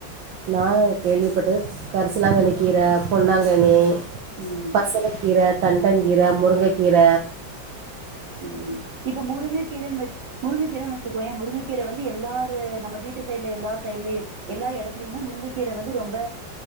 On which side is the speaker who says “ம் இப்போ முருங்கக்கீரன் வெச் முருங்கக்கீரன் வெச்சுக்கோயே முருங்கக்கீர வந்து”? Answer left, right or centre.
Right